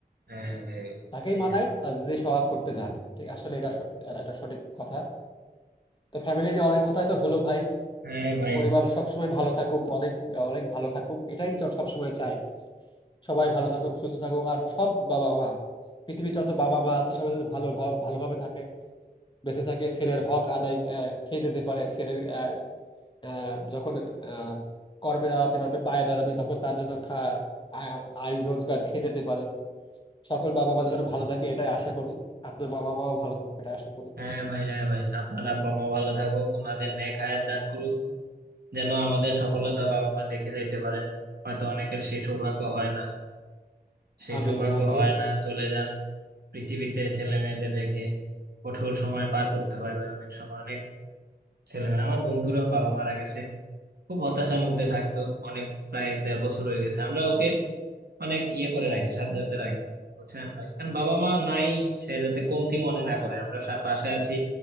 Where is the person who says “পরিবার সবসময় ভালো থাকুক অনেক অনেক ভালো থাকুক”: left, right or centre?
Left